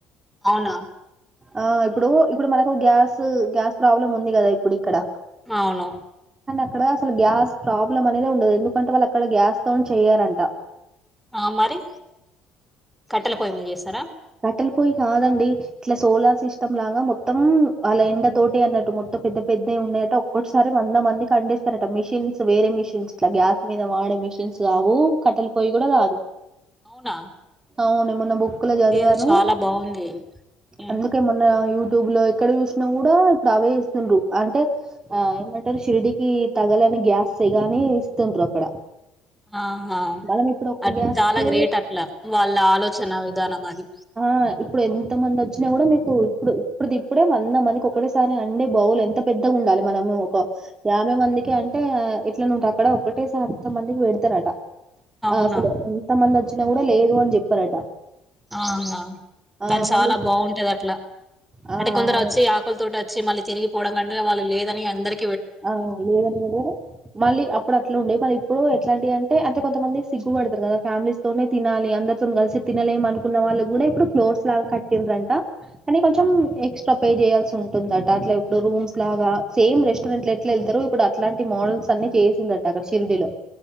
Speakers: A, in the centre; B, on the right (about 25°).
A: అవునా
B: ఆ ఇప్పుడు ఇప్పుడు మనకు గ్యాస్ గ్యాస్ ప్రాబ్లం ఉంది కదా ఇప్పుడు ఇక్కడ
A: అవును
B: కానీ అక్కడ అసలు గ్యాస్ ప్రాబ్లం అనేది ఉండదు ఎందుకంటే వాళ్ళు అక్కడ గ్యాస్ తోనె చేయ్యారంట
A: ఆ మరి కట్టెల పొయ్యి మీద చేస్తారా
B: కట్టెల పొయ్యి కాదండి ఇట్లా సోలార్ సిస్టమ్ లాగా మొత్తం అలా ఎండ తోటి అన్నట్టు మొత్తం పెద్ద పెద్దవి ఉన్నాయట ఒక్కటే సారి వంద మందికి వండిస్తరట మిషన్స్ వేరే మెషిన్స్ ఇట్లా గ్యాస్ మీద వాడ ష కా కట్ట పోయి కూడాదు
A: అవునా
B: అవుమన్న బుక్కు
A: ఇదేదో
B: చదివాను
A: చాలా బాగుంది హ్మ్.
B: అందుకే మొన్న ూ ట్యూబ్ లో ఎక్కడ చూసినా కూడా ఇప్పుడు అవే ఇస్తు్ర అంటే ఆ ఏమంటారు ిరిడికి తగలే గ్యాస్ గాని ఇస్తుంట్రారు అక్కడ
A: ఆహా
B: మనం ఇప్పుడు ఒక్క
A: అ
B: గ్యాస్కే
A: చాలా గ్రేట్ అట్లా వాళ్ళ ఆలోచన విధానం అది
B: ఆ ఇప్పుడు ఎంత మంది వచ్చినా కూడా మీకు ఇప్పుడు ఇప్పుడు ఇప్పుడే వంద మందికి ఒకటేసారి అండే బా ఎంత పెద్దగా ఉండాలి మనము ఒక యాభై మందికి అంటే ఇట్లా ను అక్కడ ఒక్కటేసారి అంత మందికి పెడతారట
A: అవునా
B: అసలు ఎంత మంది వచ్చినా కూడా లేదు అని చెప్పారట
A: అవునా
B: ఆ
A: కానీ చాలా
B: మళ్ళీ
A: బాగుంటది అట్లా
B: ఆ
A: అంటే కొందరు
B: అవును
A: వచ్చి ఆకులతోట వచ్చి మళ్ళీ తిరిగిపోవడం కంట వాళ్ళు లేదని అందరు
B: ఆ లేదండి మీ దారు మళ్ళీ అప్పుడు అట్లా ఉండే మళ్ళ ఇప్పుడు ఎట్లాంటివి అంటే అ అే కొంతమంది సిగ్గుపడతారు కదా ఫ్యామిలీస్ తోనే తినాలి అందరితో కలిసి తినలేం అనుకున్న వాళ్ళు కూడా ఇప్పుడు్ ట్స్లా కట్టింద్ర అంటా కానీ కొంచెం
A: ఆ!
B: ఎక్స్ట్రా పే చేయాల్సి ఉంటుందట అట్లా ఇప్పుడు రూమ్స్ లాగా సేమ్ రెస్ట్ ఇెంట్ ఎట్ల వెళ్తారు ఇప్పుడు అట్లాంటి మోడల్స్ అన్ని చేసిందట అక్కడ సిిరుడిలో